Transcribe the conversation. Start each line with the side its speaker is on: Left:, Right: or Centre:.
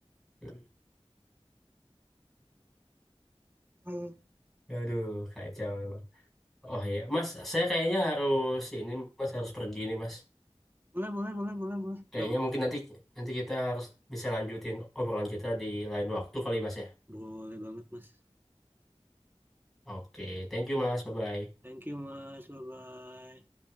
Centre: Hmm.
Right: Hmm.
Centre: aduh kacau emang oh iya mas saya kayaknya harus ini mas harus pergi nih mas
Right: Boleh, boleh, boleh, boleh, boleh.
Centre: Kayaknya
Right: Nggak apa-apa.
Centre: mungkin nanti nanti kita harus bisa lanjutin obrolan kita di lain waktu kali Mas ya.
Right: Boleh banget, Mas.
Centre: Oke, thank you Mas. Bye bye.
Right: Thank you, Mas. Bye-bye.